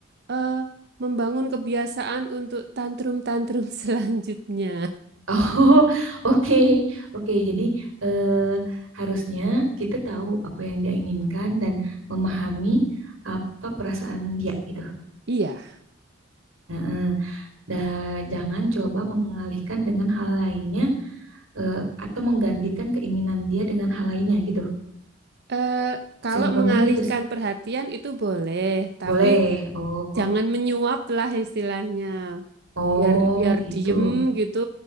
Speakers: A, on the right; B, on the right.
A: eh, membangun kebiasaan untuk tantrum-tantrum <laughs> selanjutnya.
B: Oh, <laughs> oke, oke. Jadi eh, harusnya kita tahu apa yang dia inginkan dan memahami apa perasaan dia gitu.
A: Iya.
B: Nah, eh, da- jangan coba mengalihkan dengan hal lainnya eh, atau menggantikan keinginan dia dengan hal lainnya gitu.
A: Eh, kalau
B: Simpelnya
A: mengalihkan
B: gitu. s-
A: perhatian itu boleh, tapi
B: Boleh. Oh,
A: jangan menyuap lah istilahnya.
B: oh
A: Biar biar
B: gitu.
A: diem gitu,